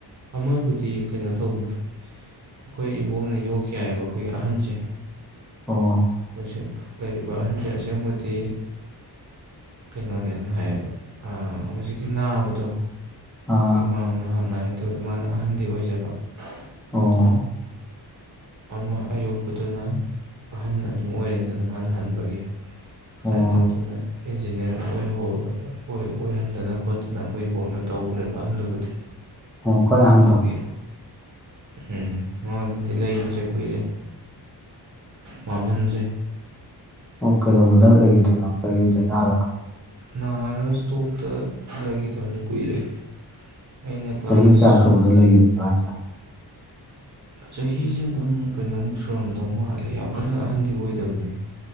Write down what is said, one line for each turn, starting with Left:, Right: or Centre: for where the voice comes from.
Right: ꯑꯃꯕꯨꯗꯤ ꯀꯩꯅꯣ ꯇꯧꯕꯅꯤ꯫ ꯑꯩꯈꯣꯏ ꯏꯕꯣꯛꯅ ꯌꯣꯛꯈꯤ ꯍꯥꯏꯌꯦꯕ ꯑꯩꯈꯣꯏꯒꯤ ꯑꯍꯟꯁꯦ꯫
Centre: ꯑꯣ꯫
Right: ꯑꯩꯈꯣꯏꯁꯦ ꯂꯩꯔꯤꯕ ꯑꯍꯟꯁꯦ ꯑꯁꯦꯡꯕꯗꯤ꯫ ꯀꯩꯅꯣꯅꯦꯅ ꯍꯥꯏꯌꯦꯕ ꯑꯥ ꯍꯧꯖꯤꯛꯀꯤ ꯅꯥꯕꯗꯣ꯫
Centre: ꯑꯥ
Right: ꯑꯩꯈꯣꯏ ꯃꯥꯝꯃꯅ ꯍꯥꯟꯅ ꯅꯥꯏ ꯑꯗꯨꯗ ꯃꯥꯅ ꯑꯍꯟꯗꯤ ꯑꯣꯏꯖꯕ ꯑꯗꯨꯗ꯫
Centre: ꯑꯣ
Right: ꯑꯃ ꯑꯌꯣꯛꯄꯗꯨꯅ ꯑꯍꯟ ꯑꯗꯨꯝ ꯑꯣꯏꯔꯦꯗꯅ ꯃꯥꯅ ꯍꯟꯕꯒꯤ꯫ ꯑꯗꯥꯏ
Centre: ꯑꯣ
Right: ꯇꯧꯗꯅ꯫ ꯏꯟꯖꯤꯅꯤꯌꯥꯔ ꯑꯣꯏꯌꯧ ꯑꯣꯏꯍꯟꯗꯅ ꯈꯣꯠꯇꯅ ꯑꯩꯈꯣꯏ ꯏꯕꯣꯛꯅ ꯇꯧꯈ꯭ꯔꯦꯕ ꯑꯍꯟꯗꯨꯕꯨꯗꯤ꯫
Centre: ꯑꯣ ꯈ꯭ꯋꯥꯏ
Right: ꯑꯗꯨꯒꯤ꯫
Centre: ꯑꯍꯟꯗꯣ
Right: ꯎꯝ ꯃꯥꯕꯨꯗꯤ ꯂꯩꯈꯤꯗ꯭ꯔꯦ ꯀꯨꯏꯔꯦ ꯃꯥꯝꯍꯟꯖꯦ
Centre: ꯑꯣ ꯀꯩꯗꯧꯕꯗ ꯂꯩꯈꯤꯗ꯭ꯔꯤꯅꯣ ꯀꯔꯤ ꯂꯩꯅꯥꯗ
Right: ꯅꯥꯔꯒ ꯏꯁꯇꯣꯛꯇ ꯂꯩꯈꯤꯗꯕꯅꯦ ꯀꯨꯏꯔꯦ ꯑꯩꯅ ꯀ꯭ꯂꯥꯁ
Centre: ꯆꯍꯤ ꯀꯌꯥ ꯁꯨꯕꯗ ꯂꯩꯒꯤꯗꯔꯤꯅꯣ ꯍꯥꯏꯖꯦ
Right: ꯆꯍꯤꯖꯦ ꯑꯗꯨꯝ ꯀꯩꯅꯣꯃꯨꯛ ꯁꯨꯔꯝꯗꯧ ꯃꯥꯜꯂꯦ ꯌꯥꯝ ꯀꯟꯅ ꯑꯍꯟꯗꯤ ꯑꯣꯏꯗꯕꯅꯦ